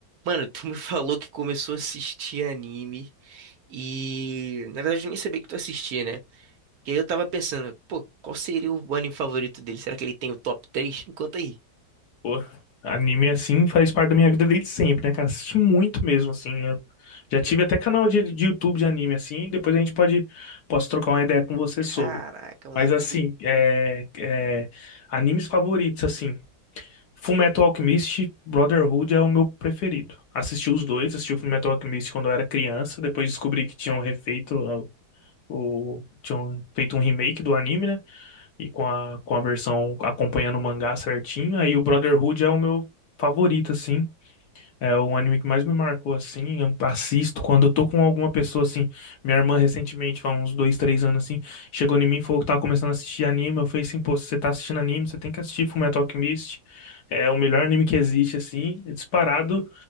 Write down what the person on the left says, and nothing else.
Pô, anime assim faz parte da minha vida desde sempre, né, cara? Assisti muito mesmo, assim. Eu já tive até canal de, de YouTube de anime, assim. Depois a gente pode, posso trocar uma ideia com você sobre.
Mas, assim, é, é, animes favoritos, assim. Fullmetal Alchemist, Brotherhood é o meu preferido. Assisti os dois, assisti o Fullmetal Alchemist quando eu era criança. Depois descobri que tinham refeito, o, o- tinham feito um remake do anime, né? e com a, com a versão acompanhando o mangá certinho. Aí o Brotherhood é o meu favorito, assim. É o anime que mais me marcou, assim, eu assisto quando eu tô com alguma pessoa, assim, minha irmã recentemente, há uns dois, três anos, assim, chegou em mim e falou que tava começando a assistir anime, eu falei assim, pô, se você tá assistindo anime, você tem que assistir Fullmetal Alchemist, é o melhor anime que existe, assim, é disparado